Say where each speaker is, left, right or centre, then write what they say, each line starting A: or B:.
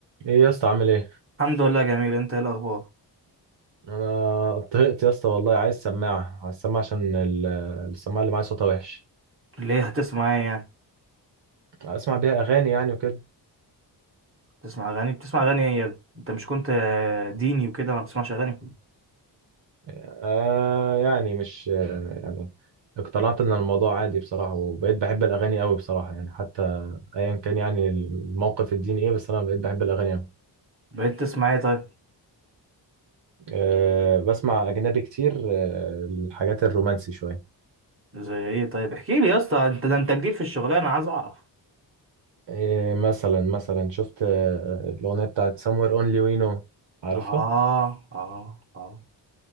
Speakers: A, on the right; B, on the right.
A: ايه يا اسطى عامل ايه
B: الحمد لله جميل انت ايه الاخبار
A: انا طهقت يا اسطى والله عايز سماعه عايز سماعه عشان ال- السماعه اللي معايا صوتها وحش
B: ليه هتسمع ايه يعني
A: اسمع بيها اغاني يعني وكده
B: بتسمع اغاني بتسمع اغاني ايه يا ابني؟ انت مش كنت آه، ديني وكده ما بتسمعش اغاني
A: آه يعني مش يعني اقتنعت ان الموضوع عادي بصراحه وبقيت بحب الاغاني قوي بصراحه يعني حتى ايا كان يعني الموقف الديني ايه بس انا بقيت بحب الاغاني قوي
B: بقيت تسمع ايه طيب
A: آه بسمع اجنبي كتير آه الحاجات الرومانسي شويه
B: زي ايه طيب احكي لي يا اسطى انت ده انت جديد في الشغلانه عايز اعرف
A: إيه مثلا مثلا شفت آه، الاغنيه بتاعت Somewhere Only We Know عارفها
B: اه اه اه